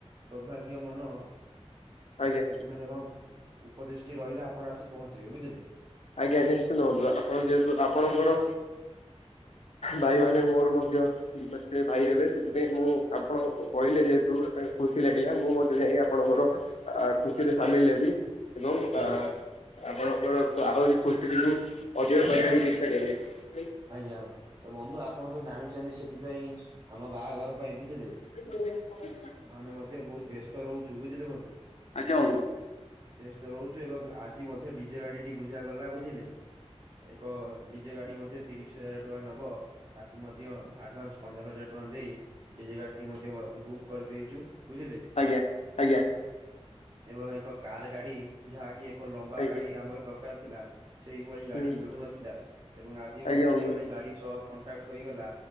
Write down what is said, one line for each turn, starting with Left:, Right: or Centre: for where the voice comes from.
Right: ସୌଭାଗ୍ୟ ମନ
Left: ଆଜ୍ଞା
Right: ମାନେ କଣ ଉପଦେଶଟି ରହିଲେ ଆପଣ ଆସି ପହଞ୍ଚିବେ ବୁଝିଲେ
Left: ଆଜ୍ଞା ନିଶ୍ଚିତ
Right: ସେ
Left: ହୁଅନ୍ତୁ ଆପଣ ଯେହେତୁ ଆପଣଙ୍କର ଭାଇ ମାନେ ମୋର ମଧ୍ୟ ଦଇ ମାସରେ ଭାଇ ହେବେ ସେଥିପାଇଁ ମୁଁ ଆପଣ କହିଲେ ଯେହେତୁ ଖୁସି ଲାଗିଲା ମୁଁ ମଧ୍ୟ ଯାଇ ଆପଣଙ୍କର ଖୁସିରେ ସାମିଲ ହେବି ଏବଂ
Right: ଆଜ୍ଞା
Left: ଅ ଆପଣଙ୍କର ଆହୁରି ଖୁସିଟିକୁୁ ଅଧିକ କରିବାକୁ ଚେଷ୍ଟା କରିବ।
Right: ଆଜ୍ଞା ତ ବନ୍ଧୁ ଆପଣ ତ ଜାଣିଛନ୍ତି ସେଥିପାଇଁ ଆମ ବାହାଘର ପାଇଁ ବୁଝିଲେ
Left: <unintelligible>
Right: ଆମେ ମଧ୍ୟ ବହୁତ ବ୍ୟସ୍ତ ରହୁଛୁ ବୁଝିଲେ ବନ୍ଧୁ।
Left: ଆଜ୍ଞା ବନ୍ଧୁ।
Right: ବ୍ୟସ୍ତ ରହୁଛୁ ଏବଂ ଆଜି ମଧ୍ୟ ଡିଜେ ଗାଡିଟି ବୁଝା ଗଲା ବୁଝିଲେ। ଏକ ଡିଜେ ଗାଡି ମଧ୍ୟ ତିରିଶ ହଜାର ଟଙ୍କା ନବ ତାକୁ ମଧ୍ୟ ଆଡଭାନ୍ସ ପନ୍ଦର ହଜାର ଟଙ୍କା ଦେଇ ଡିଜେ ଗାଡିଟି ମଧ୍ୟ ବୁକ୍ କରିଦେଇଛୁ। ବୁଝିଲେ।
Left: ଆଜ୍ଞା ଆଜ୍ଞା।
Right: ଏବଂ ଏକ କାର ଗାଡି ଯାହାକି ଏକ ଲମ୍ବା
Left: ଆଜ୍ଞା
Right: ଗାଡି ଆମର ଦ କାର ଥିଲା। ସେଇଭଳି ଗାଡି
Left: ହୁଁ
Right: ମିଳୁ ନଥିଲା ଏବଂ ଆଜି ମ
Left: ଆଜ୍ଞା ବନ୍ଧୁ
Right: ଗାଡି ସହ କଣ୍ଟାକ୍ଟ ହେଇଗଲା